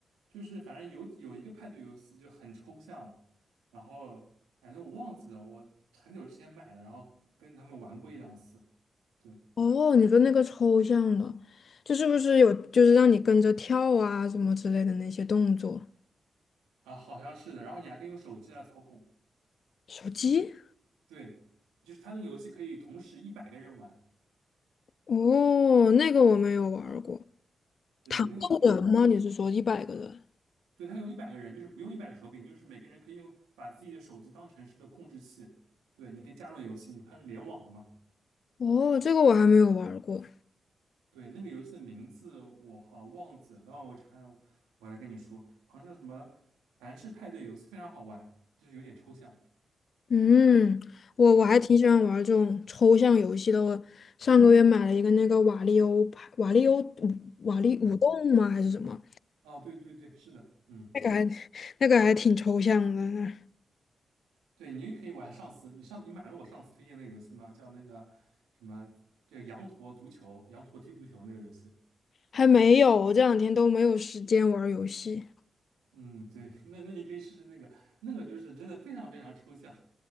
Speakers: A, on the right; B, on the left.
A: 就是反正有有一个派对游戏就很抽象，然后反正我忘记了，我很久之前买的，然后跟他们玩过一两次，对
B: 哦，你说那个抽象的，就是不是有就是让你跟着跳啊什么之类的那些动作？
A: 啊，好像是的，然后你还可以用手机来操控，
B: 手机？
A: 对，就是他那个游戏可以同时一百个人玩，
B: 哦，那个我没有玩儿过。
A: 对对，
B: 糖豆人吗？
A: 那个那个
B: 你是说一百个人？
A: 对，他有一百个人，就是不用一百个手柄，就是每个人可以用把自己的手机当成是的控制器，对，你可以加入游戏，你它是联网的嘛。
B: 哦，这个我还没有玩儿过。
A: 对，那个游戏的名字我好像忘记了，等会儿我查一下，我来跟你说，好像是什么凡是派对游戏，非常好玩，就是有点抽象。
B: 嗯，我我还挺喜欢玩儿这种抽象游戏的。我上个月买了一个那个瓦力欧牌，
A: 嗯
B: 瓦力欧舞瓦力舞动吗？
A: 嗯，
B: 还是什么？
A: 哦，对对对，是的，嗯，
B: 那个还那个还挺抽象的，
A: 对，你也可以玩上次，你上你买了我上次推荐那个游戏吗？叫那个什么，这个羊驼足球，羊驼踢足球那个游戏。
B: 还没有，这两天都没有时间玩儿游戏。
A: 嗯，对，那那你可以试试那个，那个就是真的非常非常抽象，